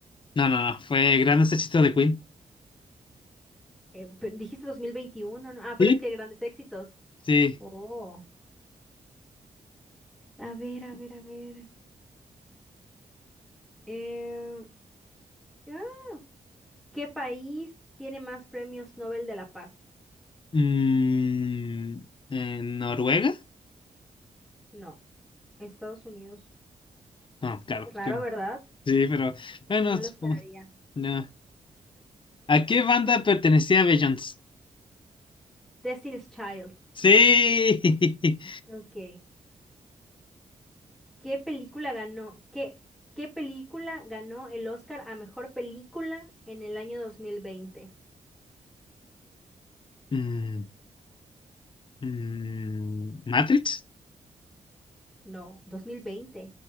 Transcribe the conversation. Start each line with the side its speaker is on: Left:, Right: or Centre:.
Left: No, no, no, fue Grandes Éxitos de Queen.
Centre: Eh, pe- dijiste 2021, ¿no? Ah, pero
Left: ¿Sí?
Centre: es que grandes éxitos.
Left: Sí.
Centre: Oh. A ver, a ver, a ver. Eh, ah, ¿Qué país tiene más premios Nobel de la Paz?
Left: Mm, ¿en Noruega?
Centre: No, Estados Unidos.
Left: No, claro.
Centre: Qué raro,
Left: que-
Centre: ¿verdad?
Left: Sí, pero bueno,
Centre: No lo
Left: supongo-
Centre: esperaría.
Left: no. ¿A qué banda pertenecía Beyoncé?
Centre: Destiny's Child.
Left: Sí. <laughs>
Centre: Ok. ¿Qué película ganó? ¿Qué, qué película ganó el Oscar a mejor película en el año 2020?
Left: Mm, mm, ¿Matrix?
Centre: No, 2020.